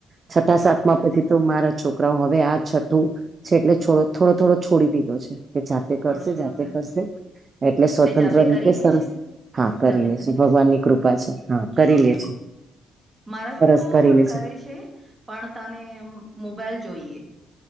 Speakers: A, on the right (about 40°); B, on the right (about 20°).
A: છઠ્ઠા સાતમાં
B: અચ્છા
A: પછી તો મારા છોકરાઓ હવે આ છઠ્ઠું છે એટલે છોડો થોડો થોડો છોડી દીધો છે કે જાતે
B: છોડો
A: કરશે
B: છોડો
A: જાતે
B: તો
A: કરશે એટલે સ્વતંત્ર
B: તે જાતે
A: રીતે
B: કરી લેશે
A: સરસ હા કરી
B: જાતે
A: લે છે ભગવાન
B: લેશે
A: ની કૃપા છે હા કરી
B: અચ્છા
A: લે છે
B: મારા
A: સરસ
B: છોકરાઓ
A: કરી
B: પણ
A: લે
B: કરે છે પણ તને મોબાઈલ જોઈએ